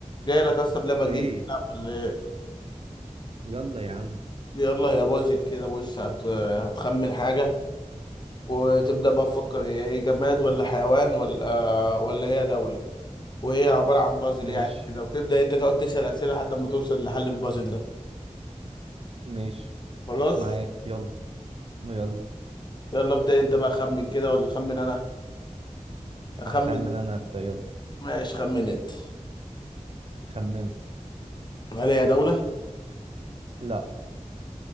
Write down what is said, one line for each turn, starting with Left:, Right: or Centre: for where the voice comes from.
Left: جاي لك اصلا بلعبه جديده
Right: ايه
Left: تلعب ولا ايه
Right: يلا يا عم
Left: يلا يا بازل كده بص هت... هتخمن حاجه وتبدا بقى تفكر هي ايه جماد ولا حيوان ولا ولا هي دوله وهي عباره عن بازل
Right: ماشي
Left: يعني كده وتبدا انت تقعد تسال اسئله لحد ما توصل لحل البازل ده
Right: ماشي
Left: خلاص
Right: معاك يلا يلا
Left: يلا ابدا انت بقى خمن كده ولا خمن انا اخمن
Right: هخمن انا ابدا يلا
Left: ماشي خمن انت
Right: خمن
Left: هل هي دوله
Right: لا